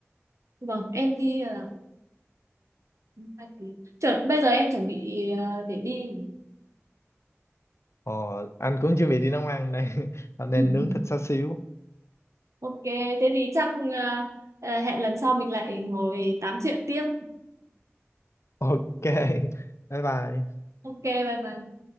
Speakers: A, on the right (about 85°); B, on the left (about 65°).
A: vâng em đi là hai tiếng Chuẩn, bây giờ em chuẩn bị ờ, để đi
B: ờ, anh cũng chuẩn bị đi nấu ăn đây <laughs> nên
A: <laughs>
B: nướng thịt xá xíu
A: ok thế thì chắc ờ, ờ, hẹn lần sau mình lại ngồi tám chuyện tiếp
B: ok bye bye
A: Ok, bye bye.